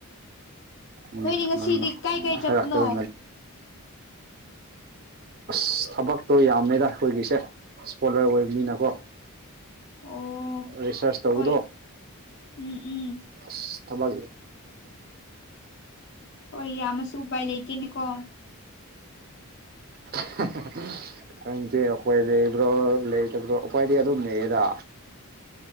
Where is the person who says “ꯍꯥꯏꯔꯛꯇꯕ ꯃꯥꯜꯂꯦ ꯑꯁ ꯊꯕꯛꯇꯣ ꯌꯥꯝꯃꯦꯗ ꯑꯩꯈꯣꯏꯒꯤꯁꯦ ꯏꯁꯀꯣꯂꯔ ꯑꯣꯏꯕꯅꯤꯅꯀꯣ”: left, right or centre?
Right